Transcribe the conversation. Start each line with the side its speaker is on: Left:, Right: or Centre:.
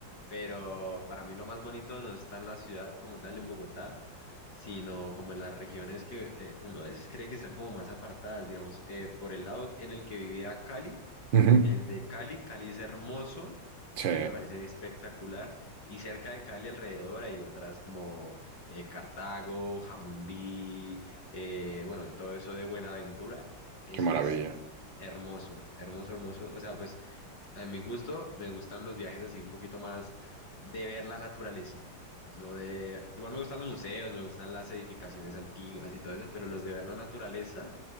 Left: pero para mí lo más bonito no está en la ciudad como tal, en Bogotá, sino como en las regiones que eh, uno a veces cree que están como más apartadas, digamos, eh, por el lado en el que vivía Cali.
Right: Ujú.
Left: El de Cali, Cali es hermoso,
Right: Sí,
Left: Cali me parece espectacular, y cerca de Cali alrededor hay otras como eh, Cartago, Jamundí, eh, bueno, todo eso de Buenaventura, eso
Right: qué maravilla.
Left: es hermoso, hermoso, hermoso, o sea, pues a mi gusto me gustan los viajes así un poquito más de ver la naturaleza, no de, igual me gustan los museos, me gustan las edificaciones antiguas y todo eso, pero los de ver la naturaleza